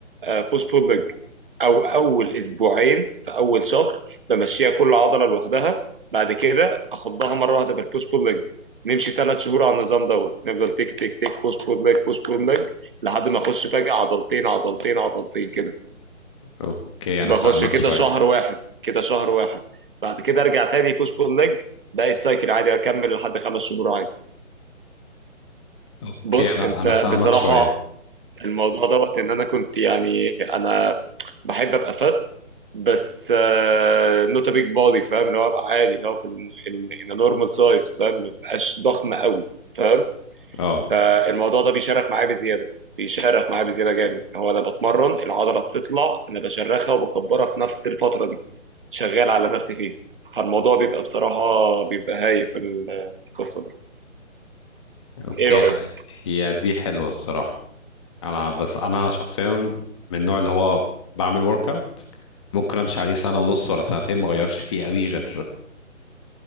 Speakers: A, on the right; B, on the left.
A: بوست بول ليج او اول اسبوعين في اول شهر بمشيها كل عضله لوحدها بعد كده اخضها مره واحده في البوش بول ليج نمشي ثلاث شهور على النظام دوت نفضل تيك تيك تيك بوش بول ليج بوش بول ليج لحد ما اخش فجاه عضلتين عضلتين عضلتين كده
B: اوكي انا
A: بخش
B: فاهمك
A: كده
B: شويه
A: شهر واحد كده شهر واحد بعد كده ارجع تاني بوش بول ليج باقي السايكل عادي اكمل لحد خمس شهور عادي
B: اوكي
A: بص
B: انا
A: انت
B: انا فاهمك
A: بصراحه
B: شويه
A: الموضوع دوت ان انا كنت يعني انا بحب ابقى فت بس آه، نوت بيج بودي فاهم اللي هو ابقى عادي اللي هو في ان نورمال سايز فاهم ما بقاش ضخم قوي فاهم
B: اه
A: فالموضوع ده بيشرخ معايا بزياده بيشرخ معايا بزياده جامد هو انا بتمرن العضله بتطلع انا بشرخها وبكبرها في نفس الفتره دي شغال على نفسي فيها فالموضوع بيبقى بصراحه بيبقى هايف في ال- في القصه دي
B: اوكي
A: ايه رايك؟
B: لا هي دي حلوه الصراحه انا بس انا شخصيا من النوع اللي هو بعمل ورك اوت ممكن امشي عليه سنه ونص ولا سنتين ما اغيرش فيه قوي غير